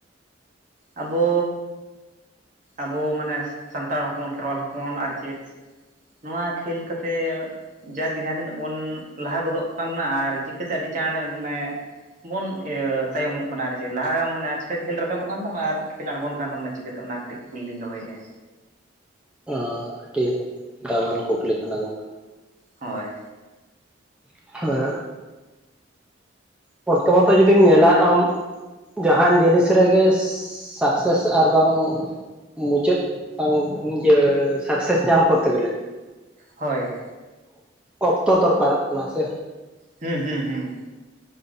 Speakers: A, on the right; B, in the centre.
A: ᱟᱵᱚ ᱟᱵᱚ ᱢᱟᱱᱮ ᱥᱟᱱᱛᱟᱲ ᱦᱚᱯᱚᱱ ᱠᱷᱮᱨᱣᱟᱞ ᱦᱚᱯᱚᱱ ᱟᱨ ᱪᱮᱫ ᱱᱚᱣᱟ ᱠᱷᱮᱞ ᱛᱮ ᱡᱟᱸᱠ ᱜᱮ ᱡᱟᱦᱟᱸ ᱛᱤᱱᱟᱹᱜ ᱵᱚᱱ ᱞᱟᱦᱟ ᱜᱚᱫᱚᱜ ᱠᱟᱱᱟ ᱟᱨ ᱪᱤᱠᱟᱹᱛᱮ ᱟᱹᱰᱤ ᱪᱟᱬ ᱢᱟᱱᱮ ᱵᱚᱱ ᱤᱭᱟᱹ ᱛᱟᱭᱚᱢᱚᱜ ᱠᱟᱱᱟ ᱟᱨ ᱪᱮᱫ ᱞᱟᱦᱟ ᱢᱟᱱᱮ ᱟᱪᱠᱟ ᱜᱮ ᱠᱷᱮᱞ ᱨᱟᱠᱟᱵᱚᱜ ᱠᱟᱱ ᱛᱟᱢᱟ ᱟᱨ ᱠᱷᱮᱞ ᱟᱬᱜᱳᱱ ᱠᱟᱱ ᱛᱟᱵᱚᱱᱟ ᱪᱤᱠᱟᱹ ᱛᱮ ᱚᱱᱟ ᱠᱟᱹᱴᱤᱡ ᱠᱩᱞᱤ ᱞᱤᱧ ᱫᱚᱦᱚᱭᱮᱫᱼᱟ
B: ᱟ ᱴᱤᱠ ᱫᱟᱢᱟᱱ ᱠᱩᱠᱞᱤ ᱠᱟᱱᱟ ᱜᱚᱢᱠᱮ
A: ᱦᱳᱭ
B: <unintelligible> ᱵᱚᱨᱛᱷᱚᱢᱟᱱ ᱨᱮ ᱡᱩᱫᱤᱢ ᱧᱮᱞᱟ ᱟᱢ ᱡᱟᱦᱟᱸᱱ ᱡᱤᱱᱤᱥ ᱨᱮᱜᱮ ᱥᱟᱠᱥᱮᱥ ᱟᱨᱵᱟᱝ ᱢᱩᱪᱟᱹᱫ ᱵᱟᱝ ᱤᱭᱟᱹ ᱥᱟᱠᱥᱮᱥ ᱧᱟᱢ ᱠᱚᱨ ᱛᱮ ᱜᱮᱞᱮ
A: ᱦᱳᱭ
B: ᱚᱠᱛᱚ ᱫᱚᱨᱠᱟᱨᱚᱜ ᱠᱟᱱᱟ ᱥᱮ
A: ᱦᱩᱸ ᱦᱩᱸ ᱦᱩᱸ